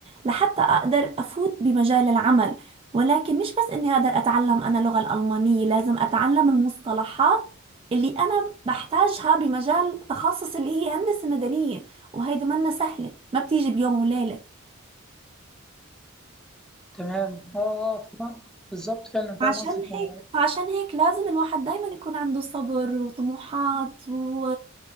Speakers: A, on the right; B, in the centre.
A: لحتى اقدر افوت بمجال العمل ولكن مش بس اني اقدر اتعلم انا اللغة الالمانية لازم اتعلم المصطلحات اللي انا بحتاجها بمجال تخصص اللي هي هندسة مدنية وهيدي منا سهلة ما بتيجي بيوم وليلة
B: تمام اه اه فاهم- بالظبط فعلا فاهم
A: فعشان
B: قصدك
A: هيك
B: يعني
A: فعشان هيك لازم الواحد دايما يكون عنده صبر وطموحات و...